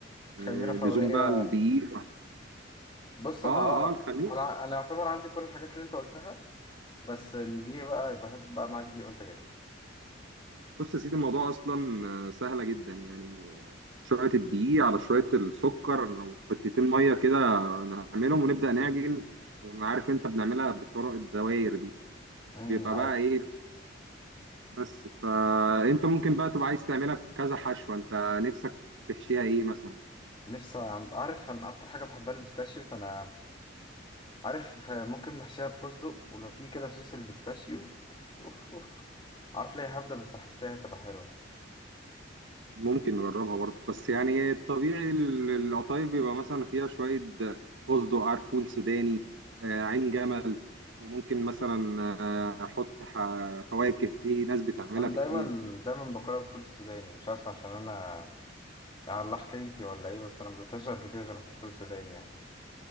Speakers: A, on the left (about 25°); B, on the right (about 75°).
A: خميرة
B: آه
A: فورية
B: لزوم بقى الدقيق
A: بص
B: اه
A: انا
B: اه
A: اه
B: الخميرة
A: انا انا يعتبر عندي كل الحاجات اللي انت قلتها بس ال- دي بقى يبقى هات بقى معاك دي وانت جاي
B: بص يا سيدي الموضوع اصلا آه، سهلة جدا يعني آه، شوية الدقيق على شوية السكر وحتتين مية كده نعملهم ونبدأ نعجن وعارف انت بنعملها بالطرق الدوائر دي
A: امم
B: بيبقى
A: عارف
B: بقى ايه بس فانت ممكن بقى تبقى عايز تعملها بكذا حشوة انت نفسك تحشيها ايه مثلا
A: نفسي عارف انا اكتر حاجه بحبها البيستاشيو فانا عارف ممكن نحشيها بفستق ولو في كده صوص البيستاشيو اوف اوف اوف عارف ليه هبدا بس احس ليها هتبقى حلوه
B: ممكن نجربها برضه بس يعني الطبيعي ال- القطايف بيبقى مثلا فيها شوية فستق عرفول سوداني آه، عين جمل وممكن مثلا آه، احط ح- فواكه في ناس بتعملها
A: انا
B: بكريز
A: دايما دايما باكلها بالفول السوداني مش عارف عشان انا يعني الله حكايتي ولا ايه بس انا ما بدأتهاش قبل كده غير بالفول السوداني يعني